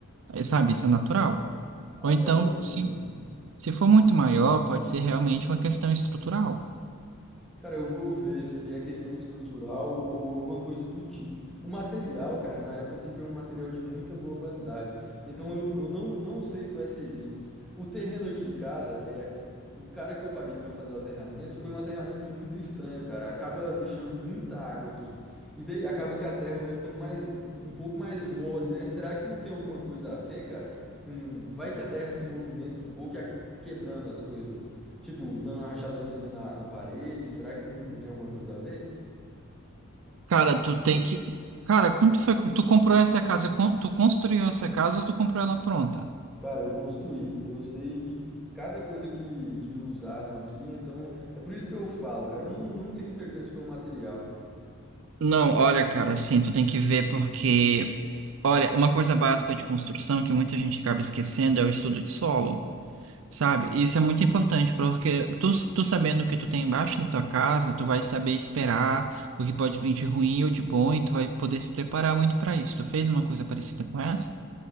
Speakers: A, on the right (about 65°); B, in the centre.
A: aí, sabe, isso é natural.
B: Ah,
A: Ou então,
B: cara, entendi.
A: se se for muito maior, pode ser realmente uma questão estrutural.
B: Cara, eu vou ver se é questão estrutural ou alguma coisa do tipo. O material, cara, na época eu comprei um material de muita boa qualidade. Então eu, eu não, não sei se vai ser isso. O terreno aqui de casa é. O cara que eu paguei pra fazer o aterramento foi um aterramento muito estranho, cara. Acaba deixando muita água aqui. E daí acaba que a terra vai ficando mais, um pouco mais mole, né? Será que não tem alguma coisa a ver, cara? Com... Vai que a terra se movimenta um pouco e acaba quebrando as coisas. Tipo, dando uma rachadourinha na, na parede, será que não, não tem alguma coisa a ver?
A: Cara, tu tem que. Cara, quando tu foi... tu comprou essa casa, con- tu construiu essa casa ou tu comprou ela pronta?
B: Cara, eu construí, eu sei de cada coisa que, que usaram aqui, então é por isso que eu falo, cara, eu não, não tenho certeza se foi o material.
A: Não, olha, cara, assim, tu tem que ver porque, olha, uma coisa básica de construção que muita gente acaba esquecendo é o estudo de solo, sabe? E isso é muito importante, porque tu, tu sabendo o que tu tem embaixo da tua casa, tu vai saber esperar o que pode vir de ruim ou de bom, e tu vai poder se preparar muito pra isso. Tu fez uma coisa parecida com essa?